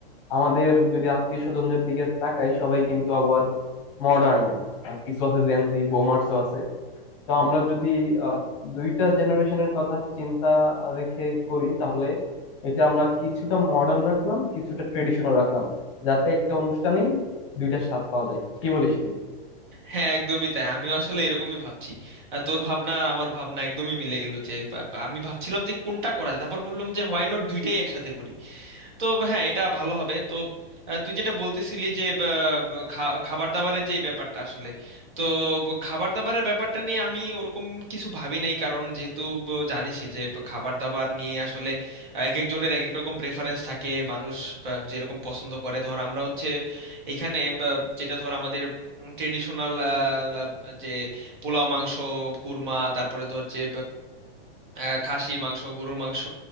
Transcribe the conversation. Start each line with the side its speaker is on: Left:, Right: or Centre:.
Left: আমাদের যদি আত্মীয় স্বজনদের দিকে তাকাই সবাই কিন্তু আবার মডার্ন না আর কিছু আছে জেনজি বোমার্সও আছে তো আমরা যদি আহ, দুইটা জেনারেশনের কথা চিন্তা রেখে করি তাহলে এটা আমরা কিছুটা মডার্ন রাখলাম কিছুটা ট্রেডিশনাল রাখলাম যাতে একটা অনুষ্ঠানেই দুইটা স্বাদ পাওয়া যায় কি বলিস তুই
Right: হ্যাঁ একদমই তাই আমিও আসলে এরকমই ভাবছি আহ, তোর ভাবনা আর আমার ভাবনা একদমই মিলে গেল যে বা- বা আমি ভাবছিলাম যে কোনটা করা যায় তারপর ভাবলাম যে হোয়াই নট দুইটাই একসাথে করি তো হ্যাঁ এটা ভালো হবে তো আহ, তুই যেটা বলতেছিলি যে আহ, খা- খাবার দাবারের যে ব্যাপারটা আসলে তো ব- খাবার দাবারের ব্যাপারটা নিয়ে আমি ওরকম কিছু ভাবি নাই কারণ যেহেতু ব- জানিসই যে ব- খাবার দাবার নিয়ে আসলে আহ, এক একজনের এক এক রকম প্রেফারেন্স থাকে মানুষ আহ, যেরকম পছন্দ করে ধর আমরা হচ্ছে এখানে বা, যেটা ধর আমাদের ট্রেডিশনাল যে পোলাও মাংস কুরমা তারপরে ধর যে আহ, খাসির মাংস গরুর মাংস